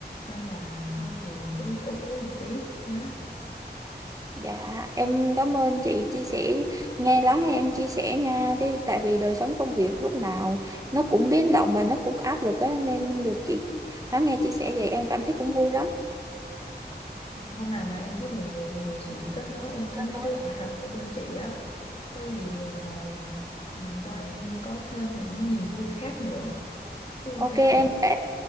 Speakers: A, on the left; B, on the right.
A: nên là thôi thì cứ cố cố một tí nhá
B: Dạ, em cảm ơn chị chia sẻ, nghe lắng nghe em chia sẻ nha. Thế tại vì đời sống công việc lúc nào nó cũng biến động và nó cũng áp lực á nên được chị lắng nghe chia sẻ vậy em cảm thấy cũng vui lắm.
A: Hôm nào mà em thấy buồn buồn thì chị kết nối em với
B: Kết
A: mấy
B: nối
A: đứa Ả Rập ở bên chị á. Có gì ờ, ừ, cho em có thêm những niềm vui khác nữa. Thấy ok
B: Ok
A: không?
B: em vẽ